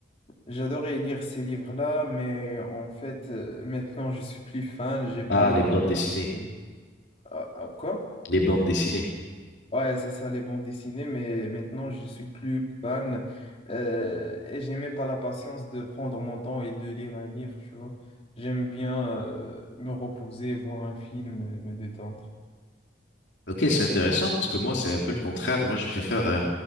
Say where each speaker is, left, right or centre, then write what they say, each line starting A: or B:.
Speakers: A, on the left; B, on the left.
A: J'adorais lire ces livres-là, mais en fait, euh, maintenant, je suis plus fan, j'ai pas
B: Ah,
A: la
B: les
A: patience
B: bandes dessinées,
A: de... Ah, ah, quoi?
B: les bandes dessinées.
A: Ouais, c'est ça, les bons dessinés, mais maintenant, je suis plus fan euh, et j'ai même pas la patience de prendre mon temps et de lire un livre, tu vois. J'aime bien euh, me reposer, voir un film, et me détendre.
B: Ok, c'est intéressant parce que moi, c'est un peu le contraire. Moi, je préfère, euh,